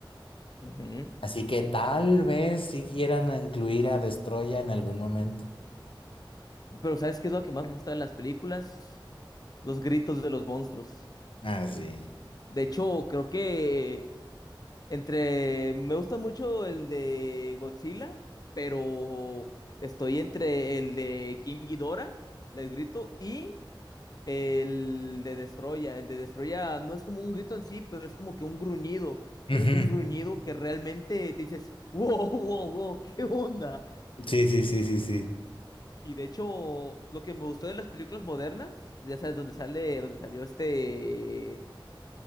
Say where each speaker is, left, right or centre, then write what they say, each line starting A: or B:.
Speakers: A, on the left; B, on the left.
A: ujú.
B: Así que tal vez si quieran incluir a Destroya en algún momento.
A: Pero ¿sabes qué es lo que más me gusta de las películas? los gritos de los monstruos.
B: Ah, sí.
A: De hecho, creo que entre... Me gusta mucho el de Godzilla, pero estoy entre el de King Ghidorah, el grito, y el de Destroya. El de Destroya no es como un grito en sí, pero es como que un gruñido.
B: Ujú.
A: Pero es un gruñido que realmente te dices, <laughs> wow, wow, wow, ¿qué onda?
B: Sí, sí, sí, sí, sí.
A: Y de hecho, lo que me gustó de las películas modernas, ya sabes, dónde sale, dónde salió este...